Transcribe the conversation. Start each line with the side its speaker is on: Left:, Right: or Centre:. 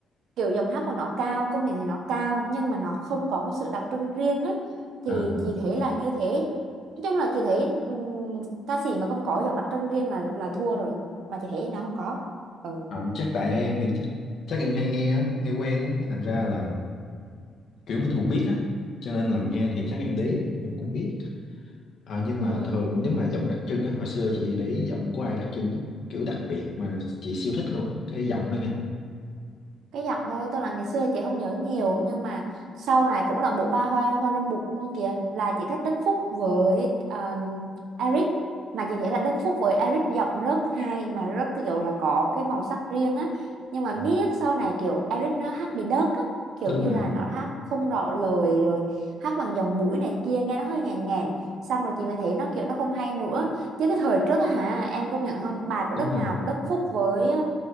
Right: kiểu giọng hát của nó cao công nhận thì nó cao nhưng mà nó không có cái sự đặc trưng riêng ấy thì
Left: à,
Right: chị thấy là như thế nói chung là chị thấy ừm, ca sĩ mà không có giọng đặc trưng riêng là là thua rồi mà chị thấy nó không có ừ
Left: à, chắc tại em thì chắc chắc em hay nghe á, nghe quen á cái thành ra là kiểu mình cũng biết á cho nên là nghe thì chắc em đấy thì cũng cũng biết Ờ, nhưng
Right: ừ
Left: mà thường nếu mà giọng đặc trưng á, hồi xưa chị để ý giọng của ai đặc trưng nhất, kiểu đặc biệt mà chị siêu thích luôn á, cái giọng thôi nha.
Right: cái giọng thôi tức là ngày xưa chị không nhớ nhiều nhưng mà sau này cũng là bộ ba hoa hoa râm bụt luôn kìa là chị thích Đức Phúc với um, Eric mà chị thấy là Đức Phúc với Eric giọng rất hay mà rất kiểu là có cái màu sắc riêng á nhưng mà
Left: Ừ.
Right: miết sau này kiểu Eric nó hát bị đớt á kiểu
Left: Đúng
Right: như
Left: rồi,
Right: là nó hát không rõ lời rồi hát bằng dòng mũi này kia nghe nó hơi ngàn ngàn xong rồi chị mới thấy nó kiểu nó không hay nữa chứ cái thời trước á hả em công nhận không bài của
Left: đúng
Right: Đức
Left: rồi,
Right: nào Đức Phúc với